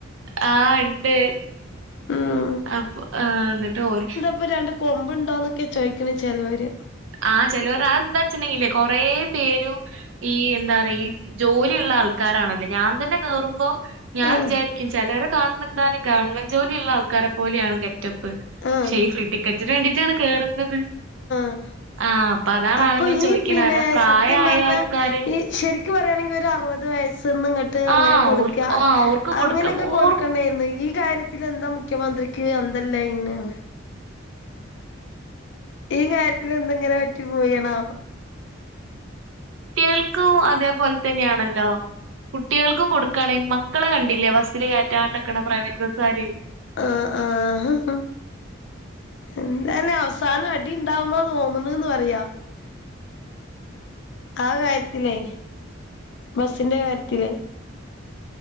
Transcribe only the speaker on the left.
ഉം
പ്പ രണ്ട് കൊമ്പ്ണ്ടോ ന്നൊക്കെ ചോയ്ക്കണ് ചെലോര്.
ആഹ്
ആഹ്
അഹ്
അപ്പൊ
ഈ പിന്നെ
സത്യം പർഞ്ഞാ
ഈ ശരി ക്ക്‌ പറ്യാണെങ്കി ഒരറുപത് വയസ്സ്ന്ന്ങട്ട് ത്ത് അങ്ങനെ
കൊടുക്ക
അങ്ങനെക്കെ
കൊടുക്കണ്ടേര്ന്നു ഈ കാര്യ ത്തിലെന്താ മുഖ്യമന്ത്രിക്ക് അന്തല്ല ഇങ്ങനെ ആവ. ഈ കാര്യത്തിലെന്ത ങ്ങനെ പറ്റി പോയേണാവോ.
ആഹ് ആഹ് ഹ ഹ. എന്തയലു അവസാനം അടിണ്ടാവുന്ന തോന്നണ്ന്ന് പറയാ. ആ കാര്യത്തിലേ ബസ്സിന്റെ കാര്യത്തില്.